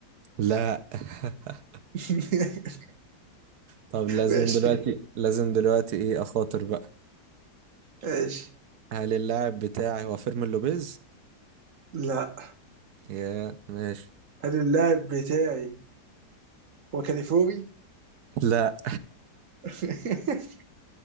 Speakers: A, on the right; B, on the right.
A: لا <laughs>
B: <laughs>
A: طب لازم
B: ماشي
A: دلوقتي لازم دلوقتي ايه أخاطر بقى
B: ماشي
A: هل اللاعب بتاعي هو فيرمين لوبيز؟
B: لا
A: يا ماشي
B: هل اللاعب بتاعي هو كاليفوري؟
A: لا <laughs>
B: <laughs>